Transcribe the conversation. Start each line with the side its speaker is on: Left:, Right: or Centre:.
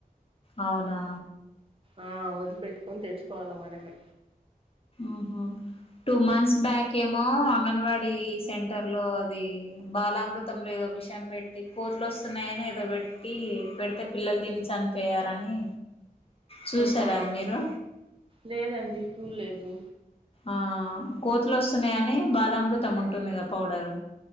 Left: అవునా
Right: ఆ వదిలిపెట్టుకొని తెచ్చుకోవాలి మనమే
Left: ఉహ టూ మంత్స్ బ్యాక్ ఏమో అంగన్వాడీ సెంటర్లో అవి బాలామృతంలో ఏదో విషం పెట్టి కోతులు వస్తున్నాయని ఏదో పెట్టి పెడితే పిల్లలు తిని చనిపోయారని చూసారా
Right: ఆహా
Left: అది మీరు
Right: లేదండి చూడలేదు
Left: ఆ కోతులు వస్తున్నాయ అని బాలామృతం ఉంటుంది కదా పౌడరు